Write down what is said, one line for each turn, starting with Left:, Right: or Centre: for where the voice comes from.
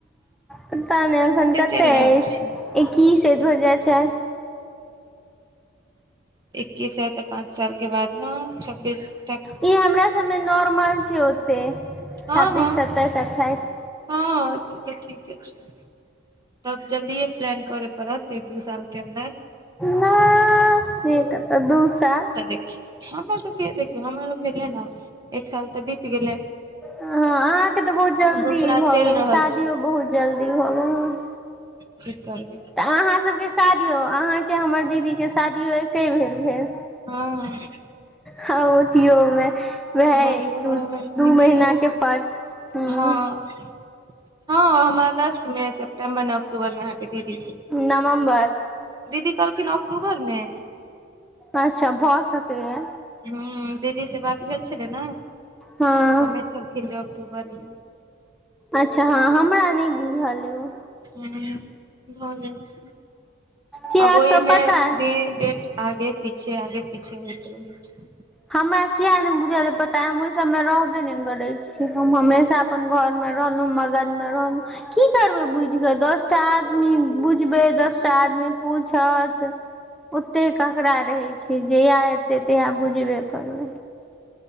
Centre: पता नहि अखन कते
Right: चलि रहल
Centre: अछि
Right: छी
Centre: एक्कीस हे दो हजार चार
Right: इक्कीस ह तऽ पाँच सालके बाद ह छब्बीस तक
Centre: ई हमरा सबमे नॉर्मल छै ओते
Right: हँ
Centre: छब्बीस
Right: हँ
Centre: सत्ताईस अठ्ठाइस
Right: हँ तऽ ठीके छै तब जल्दिए प्लान करय पड़त एक दू साल के अन्दर
Centre: नै से कतऽ दू साल
Right: तऽ देखिय हमर सबके देखियौ हमर ल भेले ने एक साल तऽ बीत गेलै
Centre: ह आहाँके तऽ बहुत जल्दी
Right: दूसरा
Centre: भऽ
Right: चलि
Centre: गेल
Right: रहल
Centre: शादियो बहुत जल्दी भऽ गेल
Right: कि करबै
Centre: तऽ आहाँ सभके शादियो आहाँके हमर दीदीके शादियो एके बेर भेल
Right: हँ
Centre: हाँ थियोमे वहे
Right: बौआ
Centre: दू
Right: हँ
Centre: दू
Right: ठीके
Centre: महीना
Right: छै
Centre: के फर्क हूँ
Right: हँ हँ हमरा अगस्तमे सेप्टेम्बर नहि अक्टूबरमे आहाँके दीदी
Centre: नवम्बर
Right: दीदी कहलखिन अक्टूबरमे
Centre: अच्छा भऽ सकैए
Right: ह दीदी से बात भेल छलै ने
Centre: हँ
Right: कने छलखिन जे अक्टूबर मे
Centre: अच्छा हँ हमरा नहि बुझल यौ
Right: ह भ जाइ छै
Centre: कियाक
Right: आब ओहिमे
Centre: तऽ पता अइ
Right: ई डेट आगे पीछे आगे पीछे होइत रहय छै
Centre: हमरा किया ने बुझल य पता हय हम ओहि सब मे रहबे नै करै छी हम हमेशा अपन घर मे रहलहुँ मगन मे रहलहु की करबै बुझि कऽ दस आदमी बुझबै दसटा आदमी पूछत ओते केकरा रहै छै जहिया हेतै तहिया बुझबे करबै